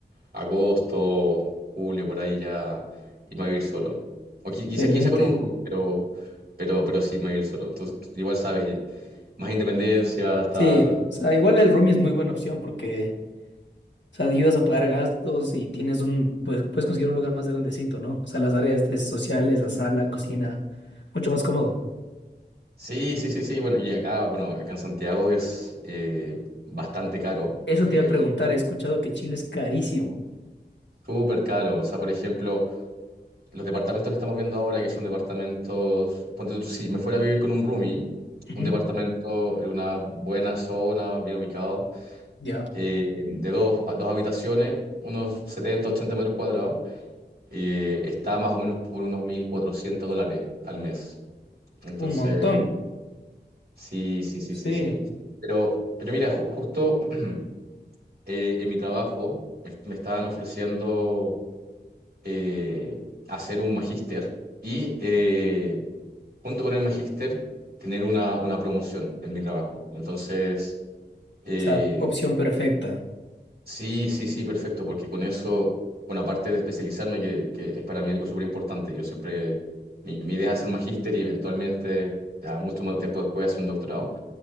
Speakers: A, on the right (about 55°); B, on the left (about 85°).
A: agosto, julio, por ahí ya irme a vivir solo. O qui- quizá,
B: de lente.
A: quizá con un roomie, pero, pero, pero sí irme a vivir solo. Tú, tú igual sabes, más independencia, estar...
B: Sí, o sea, igual el roomie es muy buena opción porque, o sea, ayudas a pagar gastos y tienes un, pues puedes conseguir un lugar más grandecito, ¿no? O sea, las áreas de sociales, la sala, cocina, mucho más cómodo.
A: Sí, sí, sí, sí. Bueno, y acá, bueno, acá en Santiago es eh, bastante caro,
B: Eso
A: el
B: te iba a preguntar, he escuchado que Chile es carísimo.
A: súper caro. O sea, por ejemplo, los departamentos que estamos viendo ahora, que son departamentos, ponte tú, si me fuera a vivir con un roomie,
B: Ujú.
A: un departamento en una buena zona, bien ubicado,
B: Ya.
A: eh, de dos, a dos habitaciones, unos 70 80 metros cuadrados, eh, está más o menos por unos 1.400 dólares al mes. Entonces,
B: Un montón.
A: sí, sí, sí,
B: Sí.
A: sí, sí. Pero, pero mira, ju- justo <clears throat> eh, en mi trabajo me, me estaban ofreciendo eh, hacer un magíster y eh, junto con el magíster tener una, una promoción en mi trabajo. Entonces... eh,
B: O sea, opción perfecta.
A: Sí, sí, sí, perfecto, porque con eso, bueno, aparte de especializarme, que, que es para mí algo súper importante, yo siempre, mi, mi idea es hacer un magíster y eventualmente, ya mucho más tiempo después, hacer un doctorado,